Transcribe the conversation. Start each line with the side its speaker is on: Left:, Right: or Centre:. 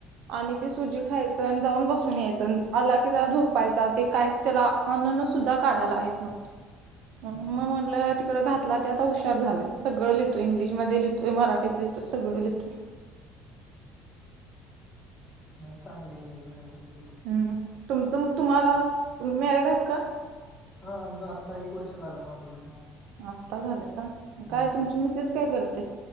Right: आणि ते सुजी खायचं न जाऊन बसून यायचं न आला की जरा झोपायचा ते काय त्याला. अ न न सुद्धा काढायला येत नव्हत, म
Left: हम्म
Right: म्हनलं तिकडे घातला ते आता हुशार झालांय. सगळ लिथो, इंलिशमध्ये लीहतोय, मराठीत लिहतोय, सगळं लिहतोय.
Left: नई चांगली इंग्लिश मिडीयम तुमच्या तिथं.
Right: हं तुमचं मं तुम्हाला मॅरीडआहेत का?
Left: हा आम आत्ता एक वर्ष झालं माझं लग्न होऊन.
Right: आत्ता झालंय का मं काय
Left: हम्म
Right: तुमची मिसेस काय करते?